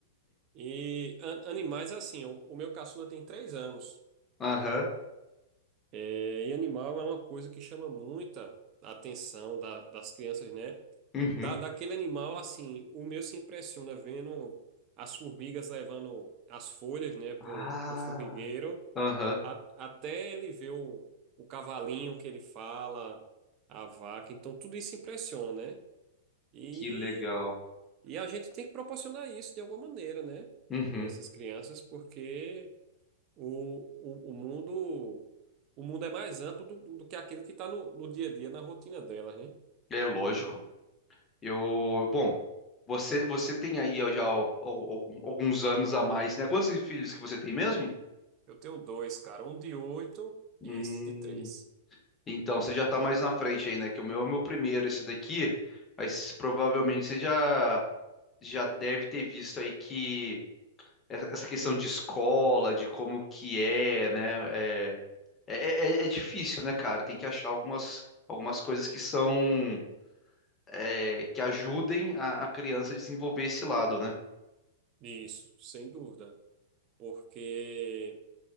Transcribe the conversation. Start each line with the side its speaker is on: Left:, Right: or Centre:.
Right: E an- animais, assim, o, o meu caçula tem três anos,
Left: Aham,
Right: né? É, e animal é uma coisa que chama muita atenção da- das crianças, né?
Left: uhum.
Right: Da, daquele animal, assim, o meu se impressiona vendo as formigas levando as folhas, né, pro,
Left: Ah,
Right: pro formigueiro,
Left: aham,
Right: a- até ele ver o, o cavalinho que ele fala, a vaca, então tudo isso impressiona, né? e
Left: que legal.
Right: e a gente tem que proporcionar isso de alguma maneira, né?
Left: Uhum.
Right: Para essas crianças, porque o, o, o mundo o mundo é mais amplo do, do do que aquilo que está no, no dia a dia, na rotina delas, né?
Left: É lógico. Eu, bom, você você tem aí ó, já ó, al- alguns anos a mais, né? Quantos filhos que você tem mesmo?
Right: Eu tenho dois, cara, um de oito
Left: Hum,
Right: e esse de três.
Left: Então, você já tá mais na frente aí, né? Que o meu é o meu primeiro, esse daqui. Mas provavelmente você já, já deve ter visto aí que es- essa questão de escola, de como que é, né? É, é, é- é é difícil, né, cara? Tem que achar algumas, algumas coisas que são, é, que ajudem a, a criança a desenvolver esse lado, né?
Right: Isso, sem dúvida. Porque